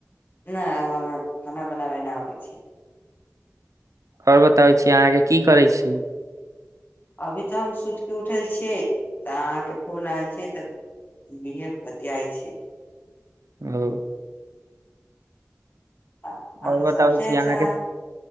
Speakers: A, on the left (about 40°); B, on the right (about 80°).
A: नहि हम खाना बनाबै नहि होइ छ
B: आओर बताबै छी अहाँके की करै छ
A: अभी तऽ हम सुति के उठल छियै तऽ अहाँके फोन आयल छी त नहे बतिआइ छ
B: अ
A: अहाँ
B: आओर बताबै
A: सबसे
B: छी
A: अच्छा
B: अहाँके